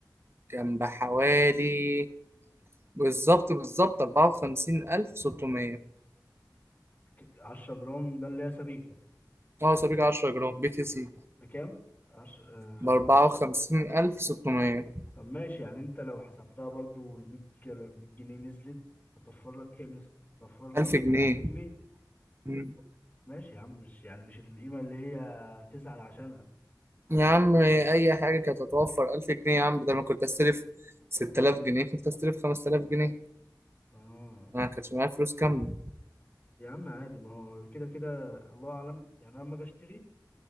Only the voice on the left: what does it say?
ك- 10 جرام ده اللي هي سبيكه
بك...
بكام 10
طب ماشي يعني انت لو حسبتها برضو ال 100 جر- 100 جنيه نزلت هتوفر لك كام يا اسطى؟ هتوفر
لك
1000 جنيه
ماشي يا عم مش يعني مش القيمة اللي هي تزعل عشانها
اه
يا عم عادي ما هو كده كده الله اعلم يعني انا لما اجي اشتري